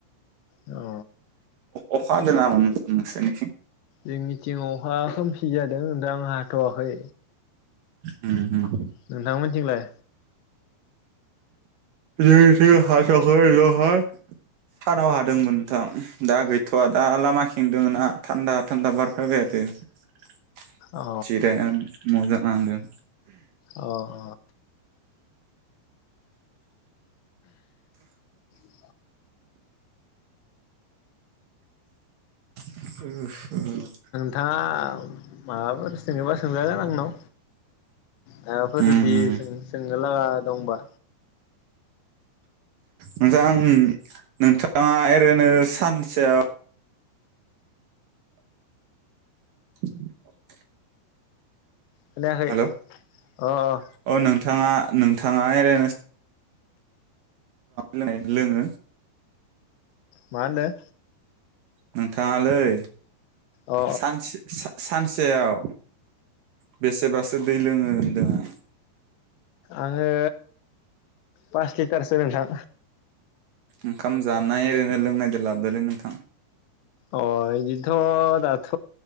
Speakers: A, on the left; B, on the right.
A: अ
B: अखा हादों नामा नोंथां नोंसिनिथिं?
A: जोंनिथिं अखा खोमसि जादों। दाम हाथ'वाखै
B: उम उम
A: नोंथां मोननिथिंलाय?
B: जोंनिथिं हाथया'खौ दहाय सानाव हादोंमोन नोंथां दा गैथ'वा दा लामा खिं दङोना थान्दा थान्दा बार फैबाय थादों।
A: अ
B: जिरायानो मजा नांदों।
A: अ अ <inaudible>
B: <inaudible> उम
A: थाङा माबाफोर सोङोबा सोंजागोन आंनाव। माबाफोर
B: उम
A: जुदि सोंनो लागा दंबा।
B: मोजां नोंथाङा ओरैनो सानसेयाव <inaudible>
A: खोनायाखै
B: हेलौ
A: अ अ
B: औ नोंथाङा नोंथाङा एओरैनो <inaudible> लोङो
A: मा होनदों?
B: नों नोंथाङालै
A: अ
B: सान-सानसे सेयाव बेसेबासो दै लोङो होनदोंं आं
A: आङो पास लिटारसो नोंथां
B: ओंखाम जानाय ओरैनो लोंनायदो ला बेले नोंथां
A: अ बिदिथ' दाथ'